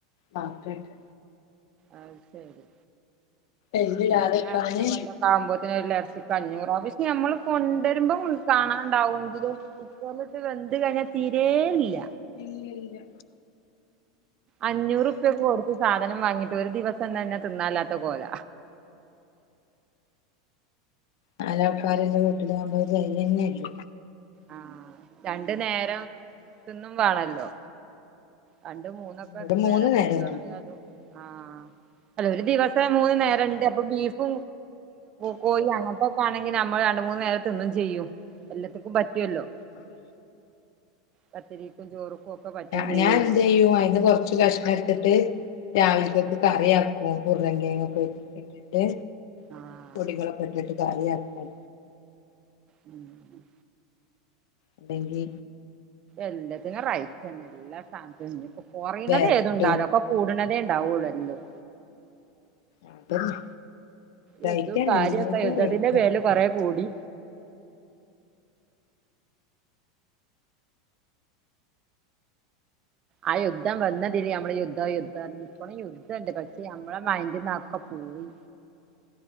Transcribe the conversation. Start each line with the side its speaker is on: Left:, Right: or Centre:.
Left: മാത്രായിട്ട്.
Right: അഹ് ശരി
Left: എല്ലിടാതെക്കാന്
Right: ഇന്നാ പിന്നെ അടുത്ത കൊല്ലക്കെ ആവുമ്പോത്തിന് ഒരു <unintelligible> ക്കഞ്ഞൂറ പക്ഷെ ഞമ്മള് കൊണ്ടെരുമ്പോം കാണാണ്ടാവെങ്കിലും കുക്കറിലിട്ട് വെന്ത് കഴിഞ്ഞാൽ തീരേ ഇല്ല
Left: ഇല്ല ഇല്ല
Right: അഞ്ഞൂറുപ്യൊക്കെ കൊടുത്ത് സാധനം വാങ്ങിട്ട് ഒരു ദിവസം തന്നെ തിന്നാല്ലാത്ത കോല
Left: നാല് ആൾക്കാര്ള്ള വീട്ടിലാമ്പോ അത്‌ തെകയെന്നെ ഇല്ല
Right: ആഹ് രണ്ടു നേരം തിന്നും വേണല്ലോ രണ്ടും മൂന്നൊക്കെ
Left: ഇവിടെ
Right: പേരകുട്ടിയേളുള്ളതും
Left: മൂന്ന് നേരം വേണം
Right: ആഹ് അല്ല ഒരു ദിവസം ഇത്ര മൂന്ന് നേരം ഇണ്ട് അപ്പൊ ബീഫും കോയിം അങ്ങനത്തെക്കെ ആണെങ്കിൽ ഞമ്മൾ രണ്ടും മൂന്നും നേരം തിന്നും ചെയ്യും എല്ലത്ത്ക്കും പറ്റുല്ലോ
Left: അതെ
Right: പത്തിരിക്കും ചോറുക്കും ഒക്കെ പറ്റും
Left: ആഹ്
Right: ചെയ്യും
Left: ഞാനെന്ത് ചെയ്യും അയിന്ന് കൊറച്ച് കഷ എടുത്തിട്ട് രാവിലത്തേക്ക് കറിയാക്കും ഉരുളൻ കിഴങ്ങൊക്കെ ഇട്ടിട്ട്
Right: ആഹ്
Left: പൊടികളൊക്കെ ഇട്ടിട്ട് കറിയാക്കും
Right: ഉം ഉം
Left: അല്ലെങ്കിൽ
Right: എല്ലാത്തിനും റൈറ്റാണ് എല്ലാ സാനത്തിനും ഇഞ്ഞി ഇപ്പൊ കൊറയ്ണത്
Left: വരട്ടും
Right: ഏതുണ്ടാവൂല കൂട്ണതേ ഇണ്ടാവൊള്ളൂ എല്ലോം
Left: അതന്നെ
Right: യുദ്ധവും
Left: റൈറ്റാണ്
Right: കാര്യൊക്കെ
Left: എല്ലാത്തിനും
Right: യുദ്ധത്തിന്റെ
Left: റൈറ്റാ
Right: പേരില് കൊറേ കൂടി ആഹ് യുദ്ധം വന്നതില് നമ്മള് യുദ്ധം യുദ്ധം ഇപ്പളും യുദ്ധണ്ട് പക്ഷെ നമ്മളെ മൈന്റിന്നതൊക്കെ പോയി